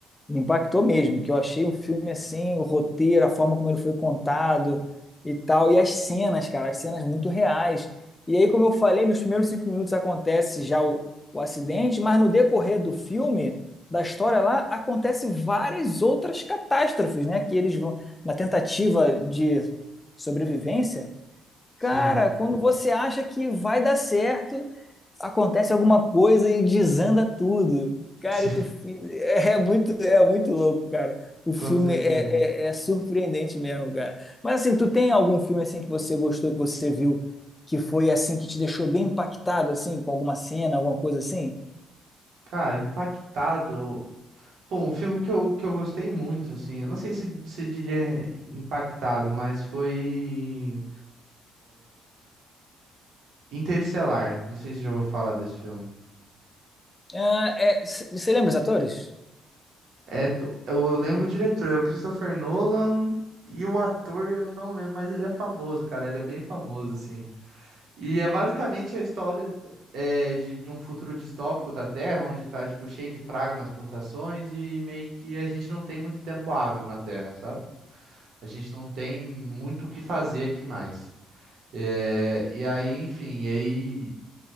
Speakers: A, on the left; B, on the right.
A: Me impactou mesmo, que eu achei um filme assim, o roteiro, a forma como ele foi contado e tal, e as cenas, cara, as cenas muito reais. E aí, como eu falei, nos primeiros cinco minutos acontece já o, o acidente, mas no decorrer do filme, da história lá, acontece várias outras catástrofes, né? Que eles vão, na tentativa de sobrevivência, Cara,
B: Sim,
A: quando você acha que vai dar certo, acontece alguma coisa e desanda tudo. Cara,
B: <laughs> sim,
A: e tu fi- é é muito, é muito louco, cara. O filme
B: com certeza.
A: é, é- é surpreendente mesmo, cara. Mas assim, tu tem algum filme assim que você gostou, que você viu, que foi assim, que te deixou bem impactado, assim, com alguma cena, alguma coisa assim?
B: Cara, impactado. Pô, um filme que eu, que eu gostei muito, assim, eu não sei se, se diria impactado, mas foi Interestelar. Não sei se já ouviu falar desse filme.
A: Ah, é, c- você lembra os atores?
B: É do- eu lembro o diretor, é o Christopher Nolan, e o ator eu não lembro, mas ele é famoso, cara, ele é bem famoso, assim. E é basicamente a história é, de, de um futuro distópico da Terra, onde tá, tipo, cheio de praga nas plantações e meio que a gente não tem muito tempo hábil na Terra, sabe? A gente não tem muito o que fazer aqui mais. É, e aí, enfim, e aí